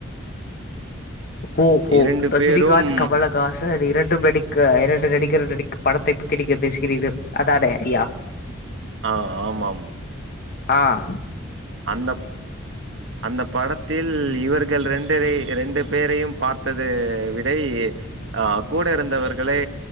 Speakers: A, on the left; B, on the right.
A: ஹு ஹு
B: இரண்டு
A: ரஜினிகாத்
B: பேரும்
A: கமலகாச ரே இரண்டும் நடிக்க இரண்டு நடிக்கிற நடிக்க படத்தை பத்தி நீங்க பேசுகிறீங்க அதானே ஐயா
B: ஆ ஆமம்
A: அ
B: அந்தப் அந்த படத்தில் இவர்கள் ரெண்டரே ரெண்டு பேரையும் பார்த்தது விடை ஆ கூட் இருந்தவர்களை